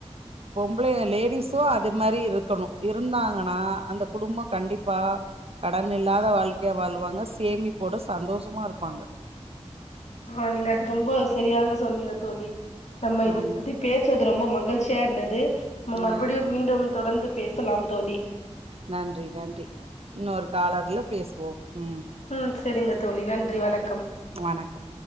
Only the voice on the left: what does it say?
ஆ நீங்க அத ரொம்ப சரியாக சொன்னீங்க தோழி நம்ம இது
பத்தி பேசுனது ரொம்ப மகிழ்ச்சியா இருந்தது நம்ம மறுப்டியும்
மீண்டும் தொடர்ந்து பேசலாம் தோழி
ம் செரிங்க தோழி நன்றி வணக்கம்